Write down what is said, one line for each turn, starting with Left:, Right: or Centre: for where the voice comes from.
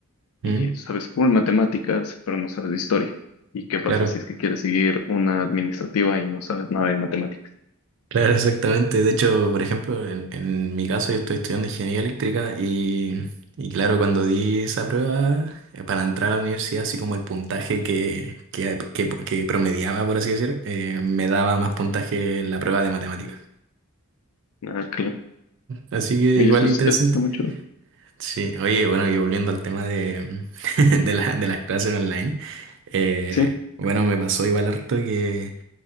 Left: y
Right: Mm,
Left: sabes full matemáticas, pero no sabes de historia. ¿Y qué pasa
Right: Claro,
Left: si es que quieres seguir una administrativa y no sabes nada de matemáticas?
Right: claro, <laughs> exactamente. De hecho, por ejemplo, en, en mi caso yo estoy estudiando ingeniería eléctrica y, y claro, cuando di esa prueba eh, para entrar a la universidad, así como el puntaje que, que, que- que promediaba, por así decir, eh, me daba más puntaje la prueba de matemáticas.
Left: Ah, claro.
Right: Así que
Left: Oye,
Right: igual
Left: eso,
Right: interesante.
Left: es- eso está muy chulo.
Right: Sí, oye, bueno, y volviendo al tema de, <laughs> de, la- de las clases online, eh,
Left: Sí,
Right: bueno, me pasó igual harto que,